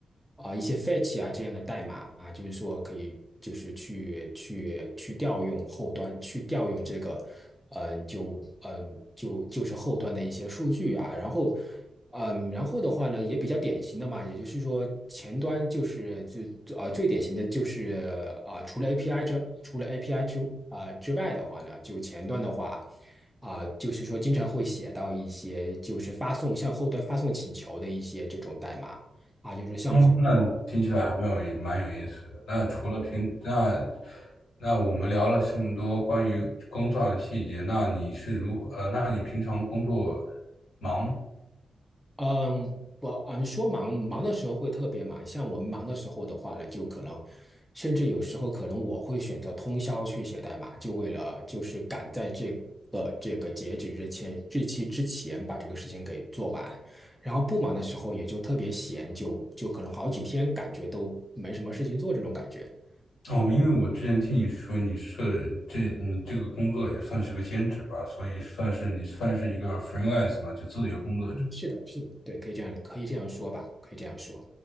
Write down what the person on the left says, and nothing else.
嗯，
那听起来还蛮有蛮有意思的。那除了平，那那我们聊了这么多关于工作上的细节，那你是如何？呃，那你平常工作忙吗？
哦，
因为我之前听你说你是这你这个工作也算是个兼职吧，所以算是你算是一个 freelance 嘛，就自由工作者。